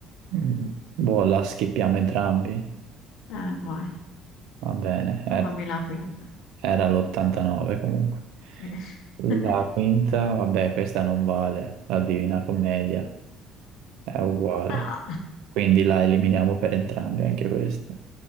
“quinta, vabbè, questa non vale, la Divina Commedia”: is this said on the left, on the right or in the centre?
Right